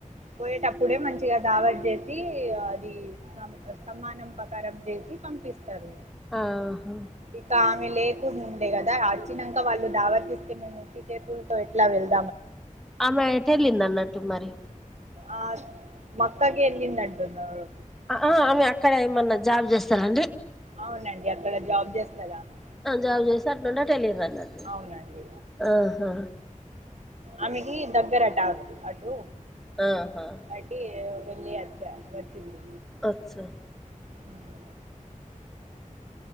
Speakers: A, on the right (about 55°); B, in the centre.
A: పోయేటప్పుడే మంచిగా దావత్ చేసి అది సం సమ్మనం ప్రకారం చేసి పంపిస్తారు
B: ఆహా
A: ఇక ఆమె లేకుండా కదా వచ్చినాక వాళ్ళు తావత్ ఇస్తే మేము ఉట్టి చేతులతో ఎట్లా వెళ్తాం
B: ఆమె ఎటు ఎళ్ళిందన్నట్టు మరి
A: ఆ మక్కకి ఎల్లిందంటున్నారు
B: ఆ ఆమె అక్కడ ఏమన్నా జాబ్ చేస్తారాండి
A: అవునండి అక్కడ జాబ్ చేస్తాది ఆమె
B: ఆ జాబ్ చేసి అట్లుండటు వెళ్ళిరు అన్నట్టు
A: అవునండి
B: ఆహా
A: ఆమెకి దగ్గరట అటు
B: ఆహా
A: అట్టి వెళ్ళి వచ్చ వచ్చింది
B: అచ్చా
A: ఉమ్.